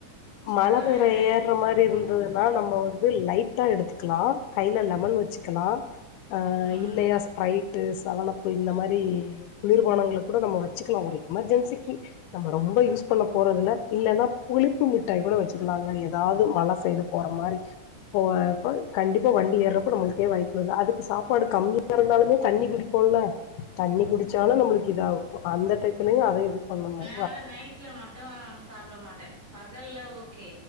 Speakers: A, on the left; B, on the right.
A: மழ
B: அதனால
A: பெய்ற
B: நைட்டுக்கு
A: ஏற்ற
B: சாப்ட
A: மாரி இருந்ததுன்னா
B: மாட்டேன்.
A: நம்ம து லைட்டா எடுத்துக்கலா கையில லெமன் வச்சுக்கலா ஆ
B: ம்.
A: இல்லையா பிரைட்டு சவனப்பு இந்த மாரி குளிர்பானங்கள கூட நம்ம வச்சுக்கலா ஒரு எமர்ஜென்சிக்கு நம்ம ரொம்ப யூஸ் பண்ண போறதுல இல்லன்னா புளிப் பு மிட்டாய் கூட வச்சுக்கலாங்க எதாவது மல செய்டு போற மாரி போ அப்ப கண்டிப்பா வண்டி ஏற்றப்ப நம்மளுக்கே வய்த்துலந்து அதுக்கு சாப்பாடு கம்மி திறந்தாலுமே தண்ணி குடிப்போம்ல தண்ணி
B: ம்ஹ்ம்.
A: குடிச்சாலு நம்மளுக்கு இதாகு அந்த டைத்தலயு அதே இது பண்ணணு
B: நா அத நைட்ல மட்டு சாப்பட மாட்டே பகல்ல ஓகே